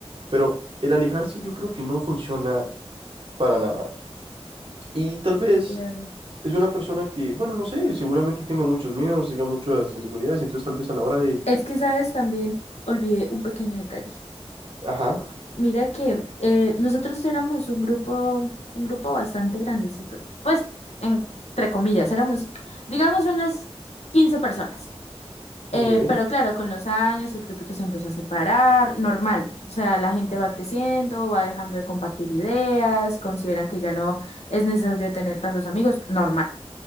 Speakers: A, on the right (about 55°); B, on the left (about 80°).
A: Pero el alejarse yo creo que no funciona para nada. Y tal vez
B: claro.
A: es una persona que, bueno, no sé, seguramente tenga muchos miedos, tenga muchas inseguridades, entonces tal vez a la hora de,
B: Es que, sabes, también olvidé un pequeño detalle.
A: ajá,
B: Mira que eh, nosotros éramos un grupo, un grupo bastante grandecito, pues, entre comillas, éramos, digamos, unas 15 personas. Eh,
A: ok,
B: pero claro, con los años el grupito se empezó a separar, normal. O sea, la gente va creciendo, va dejando de compartir ideas, consideran que ya no es necesario tener tantos amigos, normal.